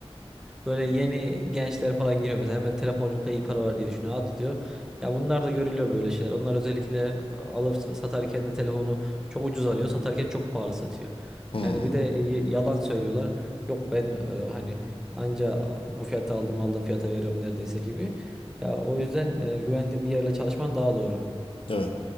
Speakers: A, in the centre; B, on the left.
A: Böyle yeni gençler falan giriyor mesela hemen telefonculukta iyi para var diye düşünüyor atlıyor. Ya bunlar da görülüyor böyle şeyler. Onlar özellikle alıp satarken de telefonu çok ucuz alıyor, satarken çok pahalı satıyor.
B: Hmm,
A: Yani
B: evet.
A: bir de y- yalan söylüyorlar. Yok ben e, hani anca bu fiyata aldım, aldığım fiyata veriyorum neredeyse gibi. Ya o yüzden e, güvendiğin bir yerle çalışman daha doğru.
B: evet.